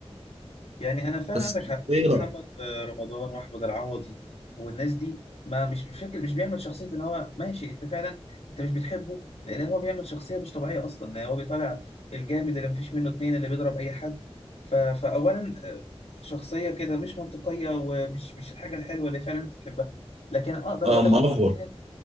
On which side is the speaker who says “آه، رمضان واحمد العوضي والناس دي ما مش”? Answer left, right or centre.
Left